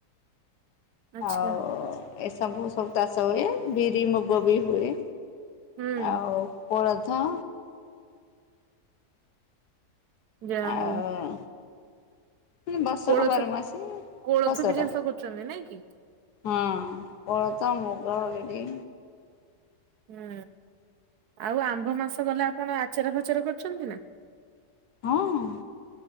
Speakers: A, on the right; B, on the left.
A: ଆଚ୍ଛା
B: ଆଉ ଏସବୁ ସବୁ ଚାଷ ହୁଏ, ବିରି, ମୁଗ ବି ହୁଏ।
A: ହୁଁ
B: ଆଉ କୋଳଥ
A: ଯାହା
B: ଆଉ
A: ହଉ
B: କି ବର୍ଷକ
A: କୋଳଥ
B: ବାରମାସୀ
A: କୋଳଥ
B: ଫସଲ,
A: ବି ଚାଷ କରୁଛନ୍ତି ନାଇଁ କି?
B: ହଁ କୋଳ ତ ମୁଗ, ବିରି
A: ହୁଁ ଆଉ ଆମ୍ବ ମାସ ଗଲା ଆପଣ ଆଚାର ଫାଚାର କରିଛନ୍ତି ନା?
B: ହଁ ।